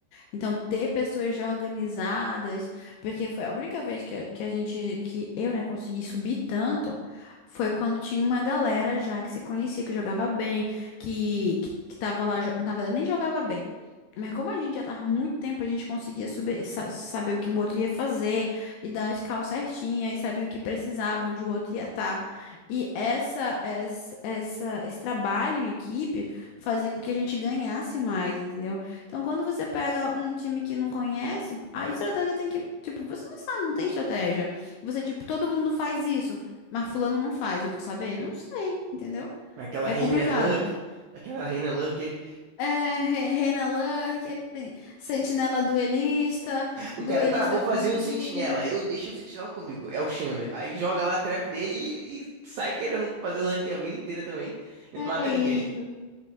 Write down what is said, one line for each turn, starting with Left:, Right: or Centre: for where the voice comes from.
Left: Então, ter pessoas já organizadas, porque foi a única vez que, que a gente, que eu, né, consegui subir tanto, foi quando tinha uma galera já que se conhecia, que jogava bem, que, que, que tava lá, jo- na verdade, nem jogava bem. Mas como a gente já tava há muito tempo, a gente conseguia subir, sa- saber o que o outro ia fazer, e dar as calças certinhas e saber o que precisava, onde o outro ia estar. E essa, essa, essa, esse trabalho em equipe fazia com que a gente ganhasse mais, entendeu? Então, quando você pega um time que não conhece, a estratégia tem que, tipo, você não sabe, não tem estratégia. Você, tipo, todo mundo faz isso, mas fulano não faz, eu vou saber? Não sei, entendeu?
Right: Aquela
Left: É
Right: reina
Left: complicado.
Right: é Lurk, aquela reina Lurker,
Left: É, Re- Reina Lurker, sen- sentinela duelista,
Right: O
Left: duelista
Right: cara, tá, vou
Left: com
Right: fazer
Left: milho.
Right: o sentinela. Eu deixo o sentinela comigo. É o Chamber. Aí joga lá a trap dele e, e sai querendo fazer o rank a vida inteira também. E não mata
Left: É
Right: ninguém.
Left: isso.